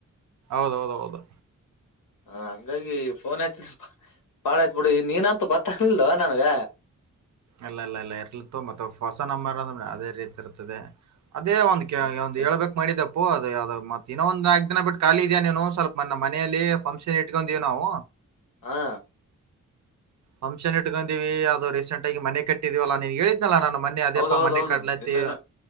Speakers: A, on the right; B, on the left.
A: ಹೌಹೌದು
B: ಹ ಹಂಗಾಗಿ ಫೋನ್ ಎತ್ತಿದು ಸ್ವಲ್ಪ ಬಾಳಯತ್ ಬಿಡಿ ನೀನಂತೂ ಗೊತ್ತಾಗ್ಲಗಿಲ್ಲೋ ನನ್ಗ
A: ಇಲ್ಲ ಇಲ್ಲ ಇಲ್ಲ ಇರ್ಲತ ಮತ್ತೆ ಹೊಸ ನಮ್ಮರ ಅಂದ ಅದೇ ರೀತಿ ಇರ್ತದೆ ಅದೇ ಒಂದ್
B: ಹಾ, ಮತ್ತೆ
A: ಹೇಳಬೇಕು ಮಾಡಿದೆ ಫೋನ್ ಅಪ್ಪೋ ಅದೇ ಅದ ಮತ್ತ ಇನ್ನೊ ಒಂದ ನಾಲ್ಕಕ್ ದಿನ ಬಿಟ್ಟುಖಾಲಿ ಇದೆಯೇನು ಸ್ವಲ್ಪ ನಮ್ಮ ಮನೆಯಲ್ಲಿ ಫಕ್ಷನ್ ಇಟ್ಕೊಂಡೀವವಿ ನಾವು
B: ಹಾ
A: ಫಂಕ್ಷನ್ ಇಟ್ಕೊಂಡೀವಿ ಅದದು ರೀಸೆಂಟ್ ಆಗಿ ಮನೆ ಕಟ್ಟಿದೀವಲ್ಲ ನೀನ್ ಹೇಳಿದ ಹೇಳಿದ್ನಲ್ಲ ನಾನು ಮೊನೆೆ ಅದೇಪ
B: ಹೌದೌದೌದು
A: ಮನೆ ಕಡ್ಲತಿ
B: ಇಲ್ಲ ಇಲ್ಲ